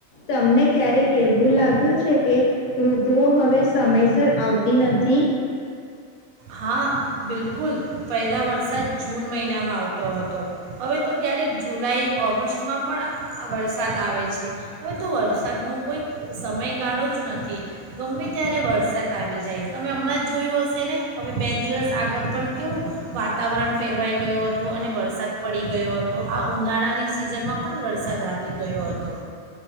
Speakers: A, on the left; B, on the right.
A: તમને ક્યારેક એવું લાગ્યું છે કે ઋતુઓ હવે સમયસર આવતી નથી.
B: હા બિલકુલ પહેલાં વરસાદ જૂન મહિનામાં આવતો હતો હવે તો ક્યારેક જુલાઈ ઓગસ્ટમાં પણ વરસાદ આવે છે હવે તો વરસાદનો કોઈક સમયગાળો જ નથી ગમે ત્યારે વરસાદ આવી જાય તમે હમણાં જ જોયું હશે ને. હવે બે દિવસ આગળ પણ કેવું વાતાવરણ ફેરવાઈ ગયું હતું અને વરસાદ પડી ગયો હતો આ ઉનાળાની સિઝનમાં પણ વરસાદ આવી ગયો હતો.